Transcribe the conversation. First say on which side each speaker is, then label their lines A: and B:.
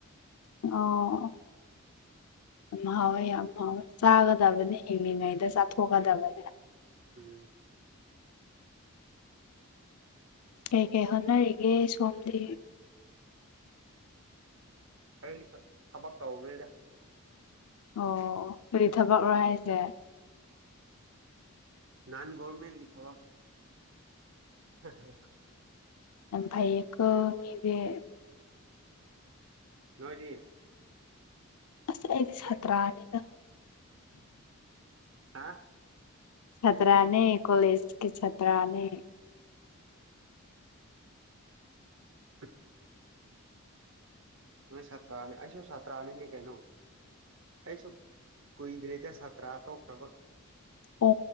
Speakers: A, on the left; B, on the right.
A: ꯑꯣ ꯌꯥꯝ ꯍꯥꯎꯋꯦ ꯌꯥꯝ ꯍꯥꯎꯋꯦ ꯆꯥꯒꯗꯕꯅꯦ ꯍꯤꯡꯂꯤꯉꯩꯗ ꯆꯥꯊꯣꯛꯀꯗꯕꯅꯦ
B: ꯎꯝ
A: ꯀꯩ ꯀꯩ ꯍꯣꯠꯅꯔꯤꯒꯦ ꯁꯣꯝꯗꯤ
B: ꯀꯔꯤ ꯊꯕꯛ ꯇꯧꯈ꯭ꯔꯦꯗ
A: ꯑꯣ ꯀꯔꯤ ꯊꯕꯛꯔꯣ ꯍꯥꯏꯁꯦ
B: ꯅꯟ ꯒꯣꯔꯃꯦꯟꯒꯤ ꯊꯕꯛ <unintelligible>
A: ꯚꯩꯀ ꯃꯤꯗꯤꯦ
B: ꯅꯣꯏꯅꯦ
A: ꯑꯁ ꯑꯩꯗꯤ ꯁꯇꯔꯥꯅꯤꯗ
B: ꯍꯥ
A: ꯆꯇ꯭ꯔꯥꯅꯤ ꯀꯣꯂꯦꯖ ꯀ ꯆꯇ꯭ꯔꯥꯅꯤ
B: <unintelligible> ꯅꯣꯏ ꯁꯥꯇ꯭ꯔꯥꯅꯤ ꯑꯩꯁꯨ ꯁꯥꯇ꯭ꯔꯥꯅꯤꯅꯦ ꯀꯩꯅꯣ ꯑꯁꯨꯨ ꯀꯨꯏꯗ ꯔꯔꯤꯇ ꯁꯇ꯭ꯔꯥꯇꯣ ꯄ꯭ꯔꯕꯛꯇ
A: ꯑꯣ